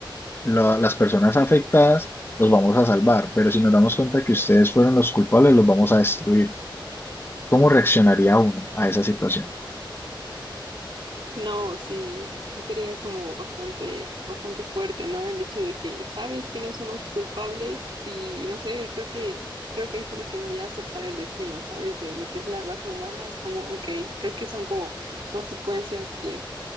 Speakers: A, on the left; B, on the right.
A: la- las personas afectadas los vamos a salvar, pero si nos damos cuenta que ustedes fueron los culpables, los vamos a destruir. ¿Cómo reaccionaría uno a esa situación?
B: No, sí, sí estaría como bastante, bastante fuerte, ¿no? El hecho de que sabes quiénes son los culpables y no sé, creo que, creo que ahí solo quedaría aceptar el destino, ¿sabes? De lo que es la raza humana, es como, ok, creo que son como consecuencias que